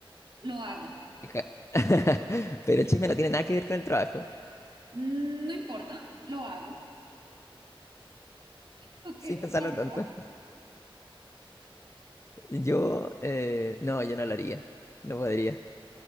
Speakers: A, on the right (about 55°); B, on the left (about 30°).
A: Lo hago.
B: Te ca- <laughs> Pero el chisme no tiene nada que ver con el trabajo.
A: Mm, No importa, lo hago. ¿Tú
B: Sin
A: qué,
B: pensarlo
A: tú qué harías?
B: tanto. Yo, eh, no, yo no lo haría. No podría.